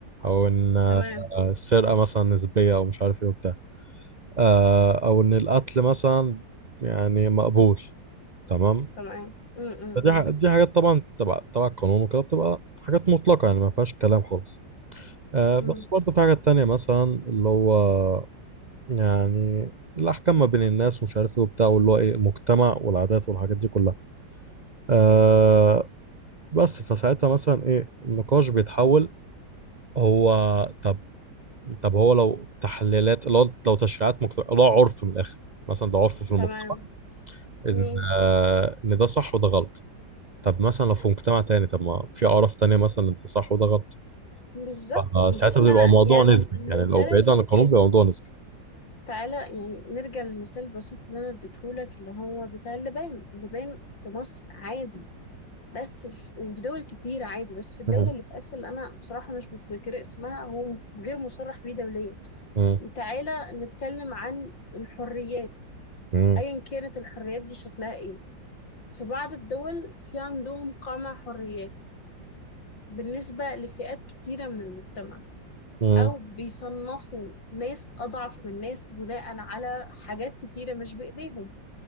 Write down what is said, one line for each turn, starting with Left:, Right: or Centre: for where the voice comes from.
Right: او ان آه
Left: تمام
Right: السرقه مثلا نسبيه او مش عارف ايه وبتاع آه او ان القتل مثلا يعني مقبول تمام
Left: تمام أم، أم،
Right: فدي
Left: أم،
Right: ح- دي حاجات طبعا تبع تبع القانون وكده بتبقى حاجات مطلقه يعني ما فيهاش كلام خالص آه بس
Left: أم،
Right: برضه في حاجات تانية مثلا اللي هو يعني الأحكام ما بين الناس ومش عارف إيه وبتاع واللي هو إيه مجتمع والعادات والحاجات دي كلها آه بس فساعتها مثلا إيه النقاش بيتحول هو طب طب هو لو تحليلات لو لو تشريعات مجتمع لو عرف من الآخر مثلا ده عرف في المجتمع
Left: تمام
Right: إن
Left: أم.
Right: آه إن ده صح وده غلط طب مثلا لو في مجتمع تاني طب ما في أعراف تانية مثلا إن ده صح وده غلط
Left: بالظبط
Right: فساعتها
Left: بالظبط ما
Right: بيبقى
Left: انا
Right: موضوع
Left: يعني
Right: نسبي
Left: المثال
Right: يعني لو بعيد
Left: البسيط
Right: عن القانون بيبقى موضوع نسبي
Left: تعالى يعني نرجع للمثال البسيط اللي انا اديتهولك اللي هو بتاع اللبان اللبان في مصر عادي بس في وفي دول كتير عادي بس في الدولة
Right: مم.
Left: اللي في آسيا اللي أنا بصراحة مش متذكرة اسمها هو غير مصرح بيه دوليا
Right: مم.
Left: تعالى نتكلم عن الحريات
Right: مم.
Left: أيا كانت الحريات دي شكلها إيه في بعض الدول في عندهم قمع حريات بالنسبة لفئات كتيرة من المجتمع
Right: مم.
Left: أو بيصنفوا ناس أضعف من ناس بناء على حاجات كتيرة مش بإيديهم